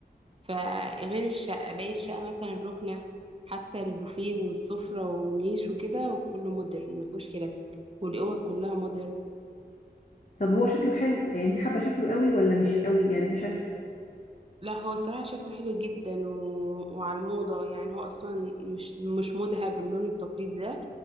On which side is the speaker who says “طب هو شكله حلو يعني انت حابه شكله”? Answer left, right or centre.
Left